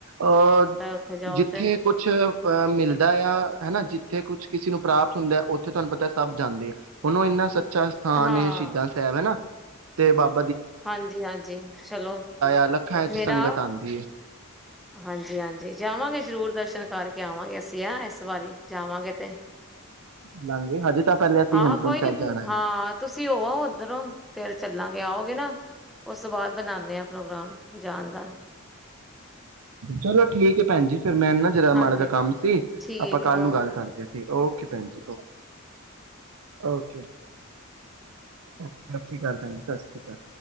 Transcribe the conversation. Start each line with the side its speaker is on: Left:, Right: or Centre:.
Right: ਅ
Centre: ਤਾਂ ਉੱਥੇ ਜਾਓ
Right: ਜਿੱਥੇ
Centre: ਤੇ
Right: ਕੁਛ ਅ ਮਿਲਦਾ ਆ। ਹਨਾ ਜਿੱਥੇ ਕੁਛ ਕਿਸੇ ਨੂੰ ਪ੍ਰਾਪਤ ਹੁੰਦਾ ਐ, ਉਥੇ ਤੁਹਾਨੂੰ ਪਤਾ ਐ ਸਭ ਜਾਂਦੇ ਆ ਉਹਨੂੰ ਇਨਾ ਸੱਚਾ ਹਾ
Centre: ਹਾਂ
Right: ਨੇ ਸ਼ਹੀਦਾਂ ਸੈਬ ਐਂ ਨਾਂ। ਤੇ ਬਬ
Centre: ਹਾਂਜੀ ਹਾਂਜੀ, ਚਲੋ
Right: ਆ ਲੱਖਾਂ ਚ
Centre: ਮੇਰਾ
Right: ਸੰਗਤ ਆਉਂਦੀ ਹੈ।
Centre: ਹਾਂਜੀ ਹਾਂਜੀ, ਜਾਵਾਂਗੇ ਜ਼ਰੂਰ ਦਰਸ਼ਨ ਕਰਕੇ ਆਵਾਂਗੇ ਅਸੀਂ ਤਾਂ ਗਿਆ ਇਸ ਵਾਰੀ ਜਾਵਾਂਗੇ ਤੇ
Right: ਲਾਂਘੇ ਹਜੇ ਤਾਂ ਪਹਿਲੇ ਅਸੀਂ
Centre: ਹਾਂ
Right: ਹੇਮਕੁੰਟ
Centre: ਕੋਈ
Right: ਸਾਹਿਬ
Centre: ਨਈਂ
Right: ਜਾਣਾ ਆ
Centre: ਹਾਂ ਤੁਸੀਂ ਹੋ ਆਓ ਉਧਰੋਂ ਫਿਰ ਚੱਲਾਂਗੇ। ਆਓਗੇ ਨਾਂ। ਉਸ ਤੋਂ ਬਾਅਦ ਬਣਾਣੇ ਆਂ ਪ੍ਰੋਗਰਾਮ ਜਾਨ ਚਲ
Right: ਚੱਲੋ। ਠੀਕ ਏ ਭੈਣ ਜੀ ਫਿਰ ਮੈਂ ਨਾ ਜਰਾ
Centre: ਹਾਂਜੀ
Right: ਮਾੜਾ ਜਿਆ ਕੰਮ ਸੀ
Centre: ਠੀਕ
Right: ਆਪਾਂ ਕੱਲ
Centre: ਹੈ ਓ
Right: ਨੂੰ ਗੱਲ ਕਰਦੇ ਸੀ ਓਕੇ ਭੈਣ ਜੀ ਓਕੇ। ਓਕੇ। ਸਤਿ ਸ੍ਰੀ ਅਕਾਲ ਭੈਣਜੀ, ਸਤਿ ਸ਼੍ਰੀ ਅਕਾਲ।